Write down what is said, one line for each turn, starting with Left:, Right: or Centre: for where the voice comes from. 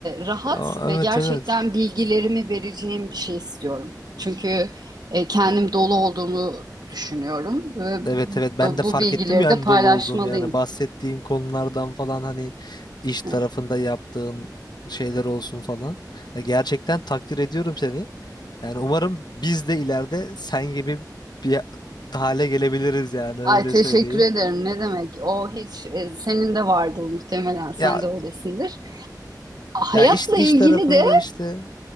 Right: rahat
Left: Aa,
Right: ve
Left: evet
Right: gerçekten
Left: evet.
Right: bilgilerimi vereceğim bir şey istiyorum. Çünkü e, kendim dolu olduğumu düşünüyorum ve
Left: Evet evet ben
Right: bu,
Left: de
Right: bu
Left: fark
Right: bilgileri
Left: ettim yani
Right: de paylaşmalıyım.
Left: dolu olduğunu yani bahsettiğin konulardan falan hani iş tarafında
Right: Evet.
Left: yaptığın şeyler olsun falan. Ya gerçekten takdir ediyorum seni. Yani umarım biz de ileride sen gibi bir hale gelebiliriz yani öyle
Right: Ay teşekkür
Left: söyleyeyim.
Right: ederim. Ne demek? O hiç e, senin de vardır muhtemelen. Sen
Left: Ya
Right: de öylesindir. Hayatla
Left: ya iş iş
Right: ilgili
Left: tarafında
Right: de
Left: işte